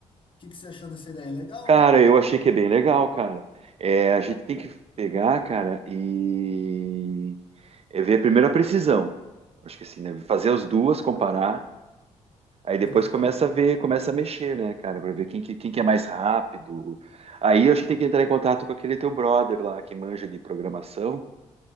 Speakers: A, on the left; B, on the right.
A: que que você achou dessa ideia? Legal,
B: Cara,
A: né?
B: eu achei que é bem legal, cara. É, a gente tem que pegar, cara, e é ver primeiro a precisão. Acho que assim, né, fazer as duas, comparar, aí depois
A: Aham,
B: começa a ver, começa a mexer, né, cara, para ver quem que, quem que é mais rápido. Aí eu acho que tem que entrar em contato com aquele teu brother lá que manja de programação